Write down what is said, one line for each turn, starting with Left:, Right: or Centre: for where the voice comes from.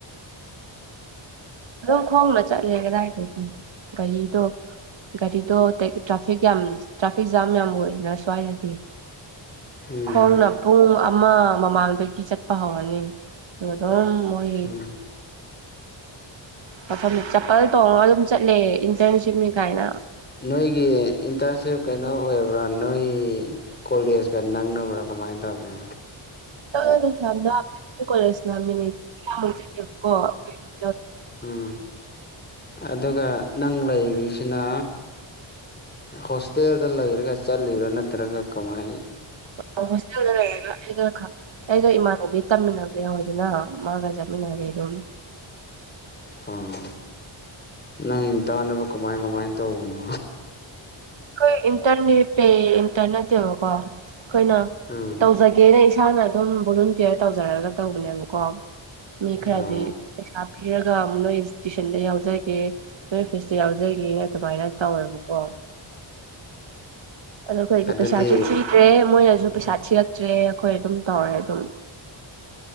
Right: ꯑꯗꯨꯝ ꯈꯣꯡꯅ ꯆꯠꯂꯦ ꯀꯗꯥꯏꯗꯒꯤ ꯒꯥꯔꯤꯗꯣ ꯒꯥꯔꯤꯗꯣ ꯇ꯭ꯔꯥꯐꯤꯛ ꯌꯥꯝ ꯇ꯭ꯔꯥꯐꯤꯛ ꯖꯥꯝ ꯌꯥꯝꯕ ꯑꯣꯏꯗꯅ ꯁ꯭ꯋꯥꯏꯗꯗꯤ
Left: ꯎꯝ
Right: ꯈꯣꯡꯅ ꯄꯨꯡ ꯑꯃ ꯃꯃꯥꯡꯗꯒꯤ ꯆꯠꯄ ꯍꯧꯔꯅꯤ ꯑꯗꯨꯒ ꯑꯗꯨꯝ ꯃꯣꯏ ꯍꯥꯏ
Left: ꯎꯝ
Right: ꯃ ꯆꯄꯜ ꯇꯣꯡꯉꯒ ꯑꯗꯨꯝ ꯆꯠꯂꯦ ꯏꯟꯇꯔꯟꯁꯤꯞꯅꯤ ꯀꯥꯏꯅ
Left: ꯅꯣꯏꯒꯤ ꯏꯟꯇꯔꯟꯁꯤꯞ ꯀꯩꯅꯣ ꯑꯣꯏꯕ꯭ꯔꯥ ꯅꯣꯏ ꯀꯣꯂꯦꯖꯀ ꯅꯥꯡꯅꯕ꯭ꯔꯥꯀꯣ ꯀꯃꯥꯏ ꯇꯧꯒ
Right: ꯀꯣꯂꯦꯖꯃꯤꯨ ꯆꯠꯦꯕꯀꯣ
Left: ꯎꯝ ꯑꯗꯨꯒ ꯅꯪ ꯂꯩꯔꯤꯁꯤꯅ ꯍꯣꯁꯇꯦꯜꯗ ꯂꯩꯔꯒ ꯆꯠꯂꯤꯔꯣ ꯅꯠꯇ꯭ꯔꯒ ꯀꯃꯥꯏ
Right: <inaudible> ꯗ ꯂꯩꯔꯒ ꯑꯩꯒ ꯑꯩꯒ ꯏꯃꯥꯟꯅꯕꯤ ꯇꯝꯃꯤꯟꯅꯕ ꯌꯥꯎꯗꯅ ꯃꯥꯒ ꯆꯠꯃꯤꯟꯅꯔ ꯑꯗꯨꯝ <inaudible>
Left: ꯑꯝ ꯏꯟ ꯇꯥꯟꯅꯕ ꯀꯃꯥꯏ ꯀꯃꯥꯏꯅ ꯇꯧꯕꯅꯣ
Right: ꯑꯩꯈꯣꯏ ꯏꯟꯇꯔꯅꯦꯠ ꯄꯦ ꯏꯟꯇꯔꯅꯦꯠꯇꯦꯕꯀꯣ ꯑꯩꯈꯣꯏꯅ
Left: ꯎꯝ
Right: ꯇꯧꯖꯒꯦꯅ ꯏꯁꯥꯅ ꯑꯗꯨꯝ ꯚꯣꯂꯨꯟꯇꯤꯌꯔ ꯇꯧꯖꯔꯒ ꯇꯧꯕꯅꯦꯕꯀꯣ ꯈꯔꯗꯤ
Left: ꯑꯣ
Right: ꯄꯩꯁꯥ ꯄꯤꯔꯒ ꯑꯃꯨꯛ ꯅꯣꯏ ꯏꯟꯁꯇꯤꯇ꯭ꯌꯨꯁꯟꯗ ꯌꯥꯎꯖꯒꯦ ꯅꯣꯏ ꯑꯣꯐꯤꯁꯇ ꯌꯥꯎꯖꯒꯦ ꯁꯨꯃꯥꯏꯅ ꯇꯧꯋꯦꯕꯀꯣ ꯑꯗꯣ ꯑꯩꯈꯣꯏꯒꯤ
Left: ꯑꯗꯨꯗꯤ
Right: ꯄꯩꯁꯥꯁꯨ ꯊꯤꯗ꯭ꯔꯦ ꯃꯣꯏꯅꯁꯨ ꯄꯩꯁꯥ ꯆꯤꯛꯇ꯭ꯔꯦ ꯑꯩꯈꯣꯏ ꯑꯗꯨꯝ ꯇꯧꯔꯦ ꯑꯗꯨꯝ